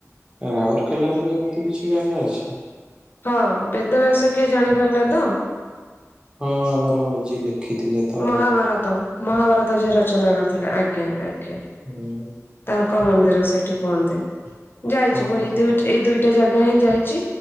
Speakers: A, on the right; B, on the left.
A: ରାଉରକେଲାର ବି ଏମିତି କିଛି ଜାଗା ଅଛି।
B: ହଁ ବେଦ ବ୍ୟାସ କିଏ ଜାଣିପାରିଲେ ତ?
A: ହଁ ଆମର ଯିଏ ଲେଖିଥିଲେ। ତ
B: ମହାଭାରତ ମହାଭାରତ ଯିଏ ରଚନା କରିଥିଲେ। ଆଜ୍ଞା ଆଜ୍ଞା।
A: ହୁଁ।
B: ତାଙ୍କ ମନ୍ଦିର ସେଇଠି କୁହନ୍ତି ଯାଇଛି
A: ହୁଁ
B: ମୁଁ
A: ହୁଁ
B: ଏଇ ଦୁଇ
A: ହୁଁ
B: ଦୁଇଟା ଜାଗା ହିଁ ଯାଇଛି।